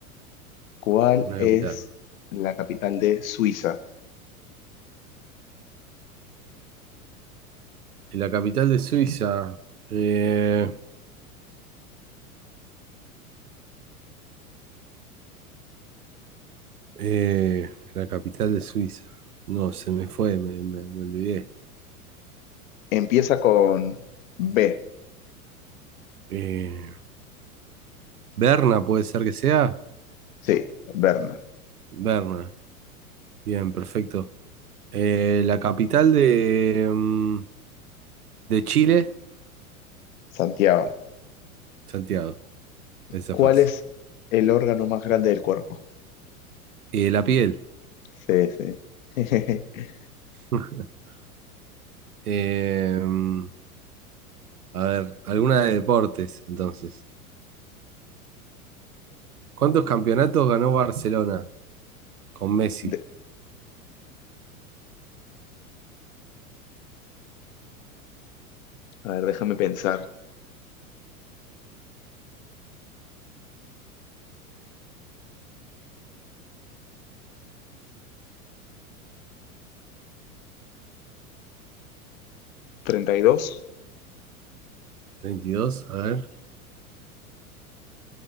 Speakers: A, on the left; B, on the right.
A: ¿Cuál
B: Una
A: es
B: capital.
A: la capital de Suiza?
B: La capital de Suiza. eh, eh, la capital de Suiza. No, se me fue, me, me- me olvidé.
A: Empieza con B.
B: Eh, Berna puede ser que sea.
A: Sí, Berna.
B: Berna. Bien, perfecto. Eh, la capital de, mm, de Chile,
A: Santiago.
B: Santiago, esa
A: ¿Cuál
B: fácil.
A: es el órgano más grande del cuerpo?
B: Eh, la piel.
A: Sí, sí. <laughs>
B: <laughs> Eh, mm, a ver, alguna de deportes, entonces. ¿Cuántos campeonatos ganó Barcelona con Messi?
A: De- a ver, déjame pensar. treinta y dos
B: treinta y dos a ver.